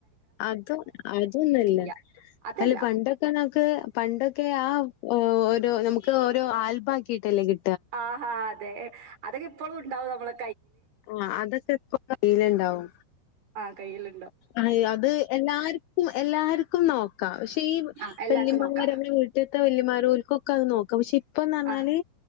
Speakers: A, on the left; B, on the right.
A: അത് അതൊന്നുല്ല
B: ഇല്ല അതല്ല
A: അല്ല പണ്ടൊക്കെ നമ്മ്ക്ക് പണ്ടൊക്കെ ആ ഒരു നമുക്ക് ഓരോ ആൽബ ക്കീട്ടല്ലേക്കി
B: ആഹ് ഹാ അതെ അതൊക്കെ ഇപ്പോളും ഇണ്ടാവും നമ്മളൊ
A: ആ അതൊക്കെപ്പ കയ്യിലിണ്ടാവും
B: ആ കയ്യില്
A: അ അത് എല്ലാര്ക്കും എല്ലാര്ക്കും നോക്കാം പക്ഷെ ഈ
B: ആഹ് എല്ലാർക്കും
A: വല്യമ്മമാരക്ക
B: നോക്കാ
A: വീട്ടില്ത്തെ വെല്യമ്മാര് ഓര്ക്കൊക്കഅത് നോക്കാം പക്ഷെ ഇപ്പന്താന്നാല്
B: ആഹ്